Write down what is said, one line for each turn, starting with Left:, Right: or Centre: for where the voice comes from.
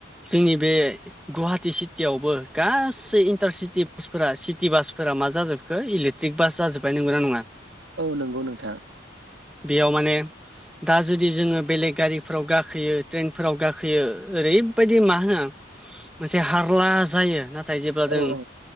Centre: जोंनि बे गुवाहाटि सिटियावबो गासै इन्टारसिटि बासफोरा सिटि बासफोरा मा जाजोबखो इलेक टिक बास जाजोब्बाय नंगौना नङा?
Right: औ नंगौ नोंथां।
Centre: बेयाव माने दा जुदि जोङो बेलेग गारिफ्राव गाखोयो। ट्रेनफोराव गाखोयो ओरैबायदि मा होनो मोनसे हारला जायो ना थाय जेब्ला जों
Right: औ औ